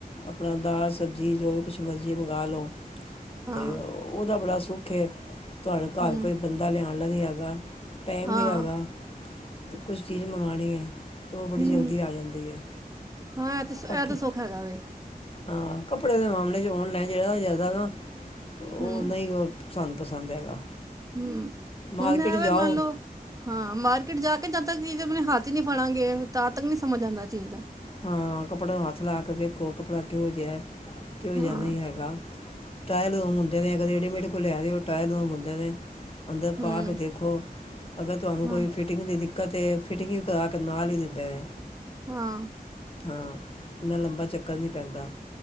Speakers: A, on the left; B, on the right.
A: ਆਪਣਾ ਦਲ ਸਬਜ਼ੀ ਜੋ ਵੀ ਕੁਛ ਮਰਜ਼ੀ ਮੰਗਾਵਾ ਲਓ
B: ਹਾਂ
A: ਤੇ ਓ ਉਹਦਾ ਬੜਾ ਸੁੱਖ ਹੈ ਤੁਹਾਡੇ ਘਰ
B: ਹੂੰ
A: ਕੋਈ ਬੰਦਾ ਲਿਆਉਣ ਵਾਲਾ ਨਹੀਂ ਹੈਗਾ ਟਾਈਮ
B: ਹਾਂ
A: ਨਹੀਂ ਹੈਗਾ ਅਤੇ ਕੁਛ ਚੀਜ਼ ਮੰਗਵਾਉਣੀ ਹੈ ਤਾਂ ਉਹ ਬੜੀ
B: ਹੂੰ
A: ਜਲਦੀ ਆ ਜਾਂਦੀ ਹੈ
B: ਹਾਂ ਇਹ ਤੇ
A: ਬਾਕੀ
B: ਇਹ ਤਾਂ ਸੁੱਖ ਹੈਗਾ ਵ
A: ਹਾਂ ਕੱਪੜੇ ਦੇ ਮਾਮਲੇ 'ਚ ਔਨਲਾਈਨ ਜਿਹੜਾ ਜ਼ਿਆਦਾ ਨਾ ਉਹ
B: ਹੂੰ
A: ਨਹੀਂ ਹੀ ਸਾਨੂੰ ਪਸੰਦ ਹੈਗਾ
B: ਹੂੰ
A: ਮਾਰਕੀਟ
B: ਹੁਣ ਐ
A: ਜਾਓ
B: ਵੇ ਮੰਨ ਲਓ ਹਾਂ ਮਾਰਕੀਟ ਜਾ ਕੇ ਜਦ ਤੱਕ ਚੀਜ਼ ਆਪਣੇ ਹੱਥ ਹੀ ਨਹੀ ਫੜਾਂਗੇ ਤਾਂ ਤੱਕ ਨਹੀਂ ਸਮਝ ਆਉਂਦਾ ਚੀਜ਼ ਦਾ
A: ਹਾਂ ਕੱਪੜਿਆਂ ਨੂੰ ਹੱਥ ਲਾ ਕੇ ਦੇੇਖੋ ਕੱਪੜਾ ਕਿਹੋ ਜਿਹਾ ਕਿਹੋ
B: ਹਾਂ
A: ਜਿਹਾ ਨਹੀਂ ਹੈਗਾ ਟ੍ਰੀ ਰੂਮ ਹੁੰਦੇ ਨੇ ਰੇਡੀਮੇਡ ਕੋਈ ਲੈ ਰੇ ਆ ਟ੍ਰੀ ਰੂਮ ਹੁੰਦੇ ਨੇ ਅੰਦਰ
B: ਹੂੰ
A: ਪਾ ਕੇ ਦੇਖੋ ਅਗਰ ਤੁਹਾਨੂੰ
B: ਹਾਂ
A: ਕੋਈ ਫਿਟ ਫਿਟਿੰਗ ਦੀ ਦਿੱਕਤ ਹੈ ਫਿਟਿੰਗ ਵੀ ਕਰਾ ਕੇ ਨਾਲ ਹੀ ਦਿੰਦੇ ਨੇ
B: ਹਾਂ
A: ਹਾਂ ਮੈਂ ਲੰਬਾ ਚੱਕਰ ਨੀ ਪੈਂਦਾ